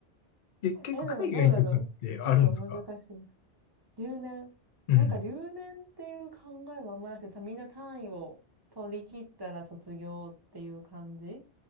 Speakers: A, on the left; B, on the right.
A: え、結構海外とかってあるんですか
B: え、でもどうだろう。結構難しいです。留年。
A: うん。
B: なんか留年っていう考えはあんまなくて、みんな単位を取り切ったら卒業っていう感じ